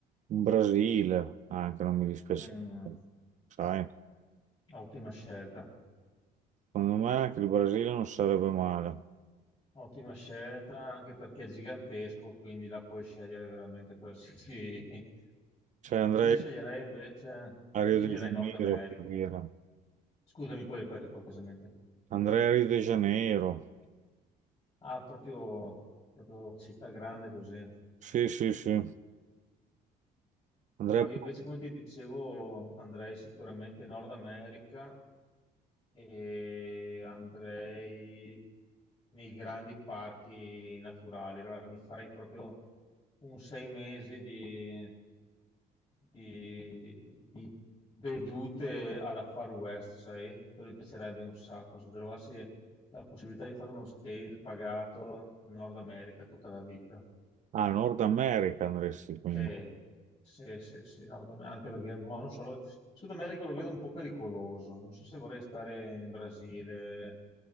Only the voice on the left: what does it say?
Mm,
ottima scelta,
ottima scelta anche perché è gigantesco, quindi la puoi scegliere veramente qualsiasi. <laughs>
Io sceglierei invece,
io
sceglierei
Nord America.
Scusami, puoi ripetere cortesemente?
Ah, proprio, proprio città grande così.
No,
io invece, come ti dicevo, andrei sicuramente in Nord America e andrei nei grandi parchi naturali. Allora mi farei proprio un sei mesi di, di- di vedute alla Far West, sai? Quello mi piacerebbe un sacco. Se trovassi la possibilità di fare uno stage pagato in Nord America tutta la vita.
Sì, sì, sì, sì, Nord Am- anche perché mo, non so, lo- Sud America lo vedo un po' pericoloso, non so se vorrei stare in Brasile,